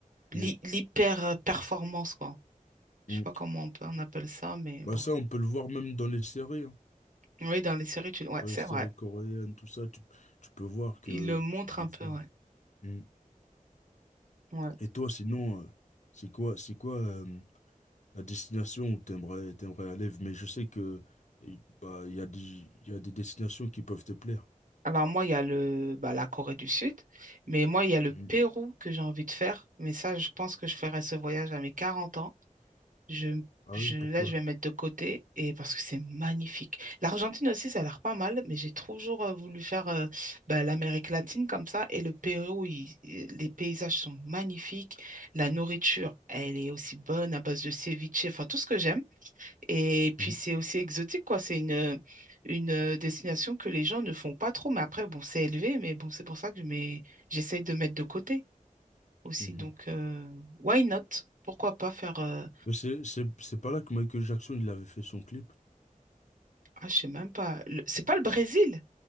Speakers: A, on the right; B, on the left.
A: l'hy-
B: mm,
A: l'hyper-performance, quoi. Je
B: mm.
A: sais pas comment on, peut- on appelle ça, mais bon.
B: Bah ça, on peut le voir même dans les séries. hein.
A: Oui, dans les séries, tu... ouais,
B: Dans
A: c'est
B: les séries
A: vrai.
B: coréennes, tout ça, tu, tu peux voir que
A: Ils le montrent un
B: des
A: peu,
B: fois.
A: ouais.
B: Mm.
A: Ouais.
B: Et toi, sinon, euh, c'est quoi, c'est quoi euh, la destination où t'aimerais, t'aimerais aller? Mais je sais que il bah, il y a des, il y a des destinations qui peuvent te plaire.
A: Alors moi, il y a le, bah, la Corée du Sud, mais moi, il y a le
B: Mm.
A: Pérou que j'ai envie de faire, mais ça, je pense que je ferai ce voyage à mes 40 ans. Je,
B: Ah
A: je,
B: oui, pourquoi?
A: là, je vais mettre de côté et parce que c'est magnifique. L'Argentine aussi, ça a l'air pas mal, mais j'ai toujours euh, voulu faire euh, bah, l'Amérique latine comme ça. Et le Pérou, il- il- les paysages sont magnifiques. La nourriture, elle est aussi bonne à base de ceviche, enfin tout ce que j'aime. Et puis
B: Mm.
A: c'est aussi exotique, quoi. C'est une, une euh, destination que les gens ne font pas trop. Mais après, bon, c'est élevé, mais bon, c'est pour ça que je mets- j'essaye de mettre de côté aussi.
B: Mhm.
A: Donc, euh, why not? Pourquoi pas faire euh,
B: Mais c'est, c'est, c'est pas là que Michael Jackson il avait fait son clip?
A: Ah, je sais même pas. Le- C'est pas le Brésil